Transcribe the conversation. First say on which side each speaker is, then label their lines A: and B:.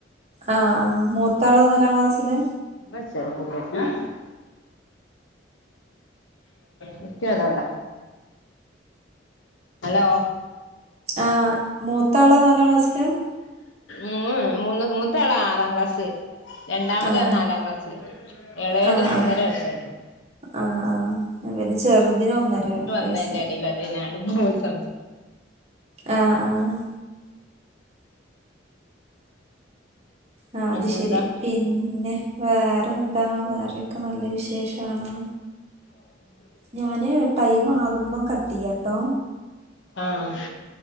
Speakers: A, on the right; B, on the left.
A: ആഹ് ആഹ് മൂത്താള് നാലാം ക്ലാസ്സിലാ
B: <unintelligible> കുട്ടി അതാ അവിട ഹലോ
A: ആഹ് മൂത്താള് നാലാം ക്ലാസ്സിലാ
B: ഉം മൂന്ന് മൂത്താള് ആറാം ക്ലാസ്സ് രണ്ടാമത്
A: ആ
B: ആഹ് നാലാം ക്ലാസ്സില് ഇളയത്
A: ആഹ്
B: മൂന്നര
A: ആഹ്
B: വയസ്സായിട്ടുള്ളൂ
A: ആഹ് ആഹ് ഇവന് ചെറുതിന് ഒന്നര വയസ്സ്
B: <unintelligible> എടേൽ അത് തന്ന ആടേം പോയി സംസ്
A: ആഹ് ആഹ് ആഹ്
B: പിന്നെന്താ
A: അത് ശരി പിന്നെ വേറെന്താ വേറെക്കെ നല്ല വിശേഷാണ്
B: ഉ
A: ഞാന് ടൈം ആകുമ്പം കട്ടെയ്യാട്ടൊ
B: ആഹ്